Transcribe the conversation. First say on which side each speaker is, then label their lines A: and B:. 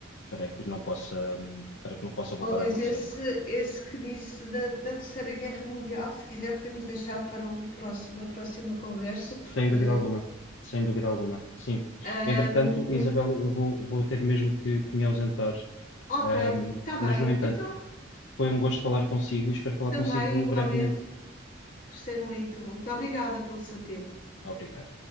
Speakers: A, on the left; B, on the left.
A: para que não possa, hum, para que não possa voltar
B: oh, Luís,
A: a acontecer.
B: esse, esse que disse da, da Terceira Guerra Mundial, se quiser podemos deixar para um próximo, uma próxima conversa,
A: Sem
B: porque.
A: dúvida alguma. Sem dúvida alguma, sim.
B: Um,
A: Entretanto, Isabel, eu vou, vou ter mesmo que, que me ausentar,
B: ok,
A: Ahm,
B: está bem,
A: mas, no entanto,
B: então
A: foi um gosto falar consigo e espero falar
B: também
A: consigo
B: igualmente.
A: brevemente.
B: Gostei muito. Muito obrigada pelo seu tempo.
A: Obrigado.